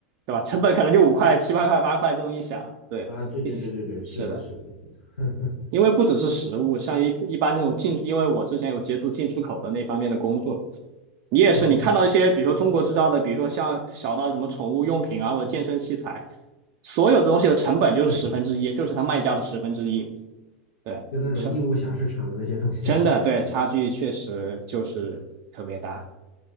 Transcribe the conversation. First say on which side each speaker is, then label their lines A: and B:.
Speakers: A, on the right; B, on the left.
A: 对吧？成本可能就五块、七八块、八块这么一想，对，
B: 啊，对对对对对，
A: <laughs>
B: 是的，
A: 是的。
B: 是的，是的
A: 因为不只是食物，像一一般那种进，因为我之前有接触进出口的那方面的工作，
B: <laughs>
A: 你也是，
B: 嗯，
A: 你看到一些，比如说中国制造的，比如说像小到什么宠物用品啊，或者健身器材，所有的东西的成本就是十分之一，
B: 对，
A: 就是它卖家的十分之一。对，
B: 就那种义乌小市场的那些东西，
A: 成，真的，
B: <laughs>
A: 对，差距确实就是特别大。